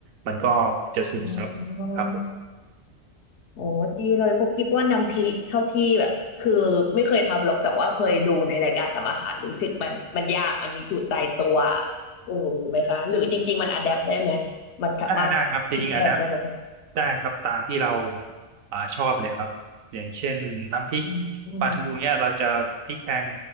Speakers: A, on the right; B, on the left.
A: มันก็จะซึมซับครับ
B: อ๋อโอ้ดีเลยพวกคิดว่าน้ำพริกเท่าที่แบบคือไม่เคยทำหรอกแต่ว่าเคยดูในรายการทำอาหารรู้สึกมันมันยากมันมีสูตรตายตัวโอ้ไหมคะหรือจริงๆมันอะแดปได้ไหมมันสามารถพลิกแพลงได้ไหมคะ
A: ได้ได้ครับจะยิงอะแดปได้ครับตามที่เราอ่าชอบเลยครับอย่างเช่นน้ำพริก
B: อืม
A: ปลาทูเนี่ยเราจะพริกแกง